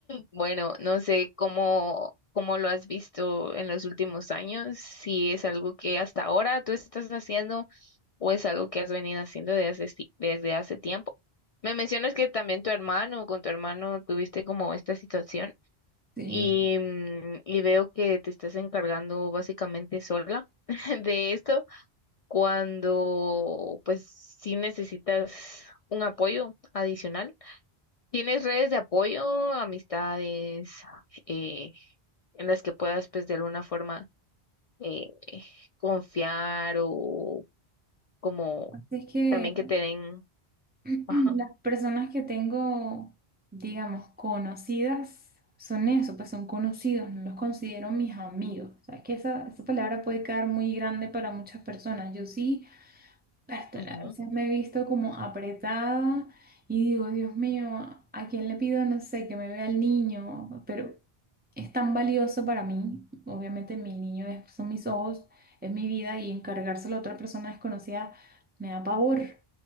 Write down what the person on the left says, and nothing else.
Bueno, no sé cómo, cómo lo has visto en los últimos años, si es algo que hasta ahora tú estás haciendo o es algo que has venido haciendo desde hace, ti- desde hace tiempo. Me mencionas que también tu hermano, con tu hermano tuviste como esta situación
y, mm, y veo que te estás encargando básicamente sola <laughs> de esto cuando pues sí necesitas un apoyo adicional. ¿Tienes redes de apoyo, amistades, eh, en las que puedas, pues, de alguna forma eh, confiar o como
también que te den,
ajá,
ujú,